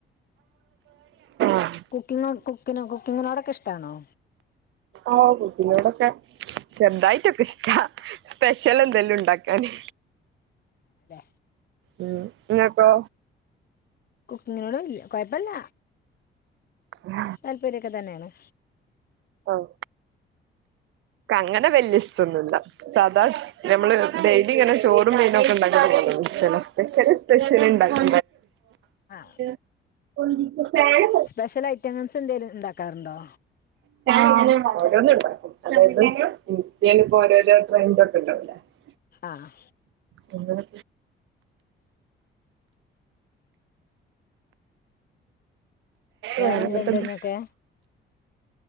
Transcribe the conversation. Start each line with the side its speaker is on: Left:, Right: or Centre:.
Right: ആ
Left: കുക്കിംഗ് കുക്കി കുക്കിങ്ങിനോടൊക്കെ ഇഷ്ടാണോ
Right: ആ കുക്കീങ്ങിനോടൊക്കെ ചെറുതായിട്ടൊക്കെ ഇഷ്ടാ സ്പെഷ്യൽ എന്തേലും ഇണ്ടാക്കാന്
Left: അതെ
Right: ഉം ഇങ്ങക്കോ
Left: കുക്കിങ്ങിനോടും ൽ കൊയപ്പില്ല
Right: ഉം
Left: താല്പര്യക്കെ തന്നെയാണ്
Right: ഓഹ് ക്കങ്ങനെ വല്യ ഇഷ്ടൊന്നുല്ല സാധാ നമ്മള് ഡെയിലി ഇങ്ങനെ ചോറും മീനും ഒക്കെ ഇണ്ടാക്കി സ്പെഷ്യല് സ്പെഷ്യല് ഇണ്ടാക്കി
Left: ആ
Right: <unintelligible> എന്ത്
Left: സ്പെഷ്യൽ ഐറ്റംസ് എന്തേലും ഇണ്ടാക്കാറുണ്ടോ
Right: ആഹ്
Left: ആഹ്
Right: നിങ്ങള്
Left: വേറെ
Right: ഏഹ്
Left: എന്തുണ്ടെന്നൊക്കെ
Right: ട്ടെന്താ